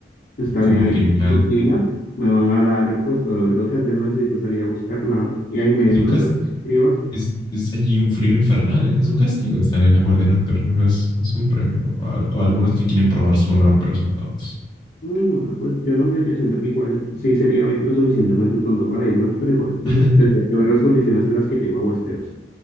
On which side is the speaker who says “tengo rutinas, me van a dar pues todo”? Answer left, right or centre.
Left